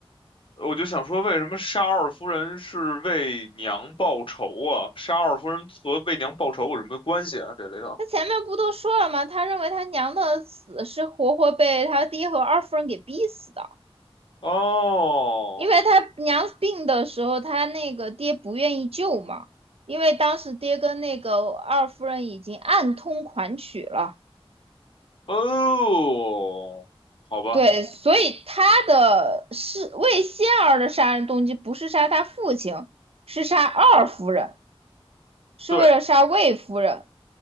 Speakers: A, on the left; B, on the right.
A: 我就想说，为什么沙二夫人是为娘报仇啊？沙二夫人和为娘报仇有什么关系啊？这里头？
B: 他前面不都说了吗？他认为他娘的死是活活被他爹和二夫人给逼死的。
A: 哦
B: 因为他娘病的时候，他那个爹不愿意救嘛，因为当时爹跟那个二夫人已经暗通款曲了，
A: 哦，好吧，
B: 对，所以他的是魏仙儿的杀人动机不是杀他父亲，是杀二夫人。是为了杀魏夫人，
A: 对，